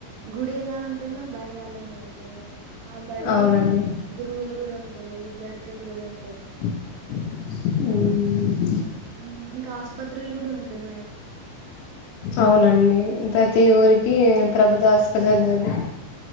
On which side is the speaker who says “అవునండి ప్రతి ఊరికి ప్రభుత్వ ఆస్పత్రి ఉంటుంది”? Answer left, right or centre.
Left